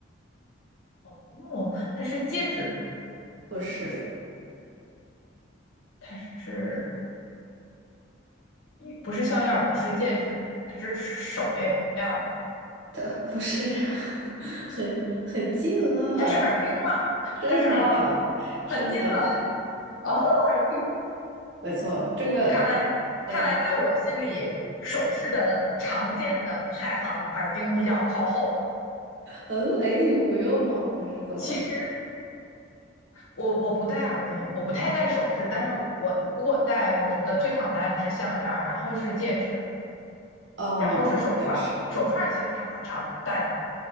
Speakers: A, on the left (about 80°); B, on the right (about 60°).
A: 哦，它是戒指吗？
B: 不是
A: 它是不是项链儿？不是戒指，它是手链儿吗？
B: 的，<laughs> 不是，<laughs> 很很近了，
A: 它是耳钉吗？
B: 是的，
A: 它是耳钉吗，
B: 是的，
A: 很近了。哦，耳钉，
B: 没错，这个，
A: 看来看来在我心里，
B: 嗯
A: 首饰的常见的排行，耳钉比较靠后。
B: 嗯，哎，你不用吗？还是怎么？
A: 其实我我不戴耳钉，我不太戴首饰，但是我如果戴，我觉得最常戴的是项链然后是戒指，
B: 哦，
A: 然后是手串儿。
B: 也是。
A: 手串儿其实还蛮常戴的，